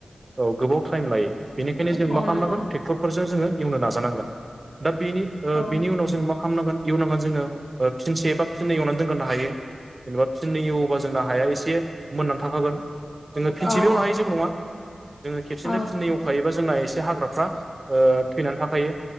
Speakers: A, on the right (about 35°); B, on the left (about 30°).
A: औ गोबाव टाइम लायो। बेनिखायनो जों
B: औ
A: मा खालामनांगोन
B: नंगौ
A: टे क्टरफोरजों जोङो एवनो नाजानांगोन। दा बेनि
B: औ
A: बेनि उनाव जों मा खालामनांगोन एवनोबा जोङो ओ फिनसे एबा फिननै एवनानै दोनग्रोनो हायो। जेनेबा फिननै एवोबा जोंना हाया एसे मोननानै थाखागोन। जोङो फिनसेबो
B: औ
A: एवनो
B: औ
A: हायो जेबो नङा। जोङो खेबसेनो
B: औ
A: फिननै ए वखायोबा जोंना एसे हाग्राफ्रा थैनानै थाखायो।